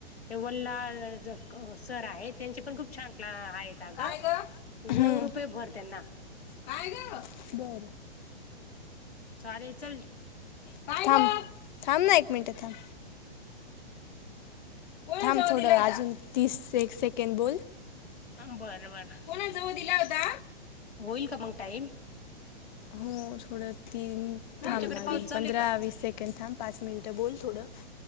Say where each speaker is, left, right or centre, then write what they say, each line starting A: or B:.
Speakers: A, on the left; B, on the left.
A: ते वल्लाअ जक सर आहे त्यांचे पण खूप छान क्ला आहेत. का
B: काय
A: गं
B: ग हम्म
A: नऊ रुपये भर त्यांना.
B: काय ग बरं.
A: चालेल चल.
B: काय गं! थांब थांब ना एक मिनिट थांब. कोणी जेवण दिलंय आता. थांब थोडं अजून तीस सेकेंड बोल.
A: अमं बरं बर.
B: कोणा जवळ दिला होता.
A: होईल का मंग टाईम.
B: हो, थोडं तीन
A: तुमच्याकडे
B: थांब अजुन
A: पाऊस चालू
B: पंधरा
A: आहे का
B: वीस सेकंद थांब. पाच मिनटं बोल थोडं.